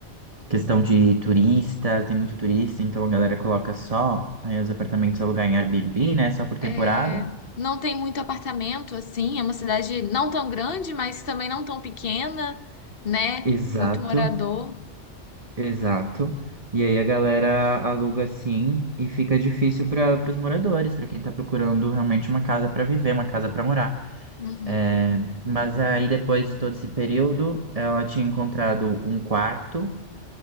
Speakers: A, on the right; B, on the left.
A: Questão de turista, tem muito turista, então a galera coloca só aí os apartamentos alugar em Airbnb, né? Só por temporada.
B: É, não tem muito apartamento assim, é uma cidade não tão grande, mas também não tão pequena, né?
A: Exato,
B: Muito morador.
A: exato. E aí a galera aluga assim e fica difícil para os moradores, para quem tá procurando realmente uma casa para viver, uma casa para morar.
B: Uhum.
A: É, mas aí, depois de todo esse período, ela tinha encontrado um quarto